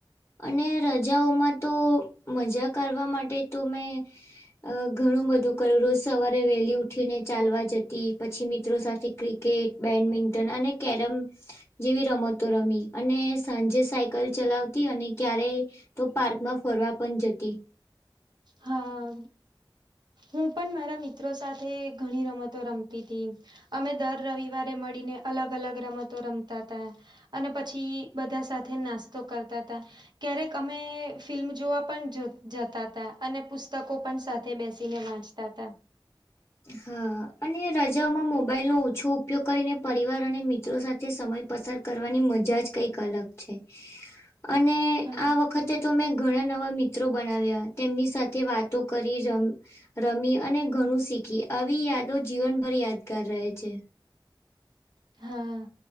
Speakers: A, on the left; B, on the right.
A: અને રજાઓમાં તો મજા કરવા માટે તો મેં અહ ઘણું બધું કયરુંસ. સવારે વહેલી ઉઠીને ચાલવા જતી, પછી મિત્રો સાથે ક્રિકેટ, બેડમિન્ટન અને કેરમ જેવી રમતો રમી. અને સાંજે સાયકલ ચલાવતી અને ક્યારેય તો પાર્કમાં ફરવા પણ જતી.
B: હા. હું પણ મારા મિત્રો સાથે ઘણી રમતો રમતી તી. અમે દર રવિવારે મળીને અલગ-અલગ રમતો રમતા તા. અને પછી બધા સાથે નાસ્તો કરતા તા. ક્યારેક અમે ફિલ્મ જોવા પણ જ જતા તા. અને પુસ્તકો પણ સાથે બેસીને વાંચતા તા.
A: હા. અને રજામાં મોબાઈલ નો ઓછો ઉપયોગ કરીને પરિવાર અને મિત્રો સાથે સમય પસાર કરવાની મજા જ કંઈક અલગ છે. અને
B: હા.
A: આ વખતે તો મેં ઘણા નવા મિત્રો બનાવ્યા, તેમની સાથે વાતો કરી, રમ રમી અને ઘણું શીખી. આવી યાદો જીવનભર યાદગાર રહે છે.
B: હા.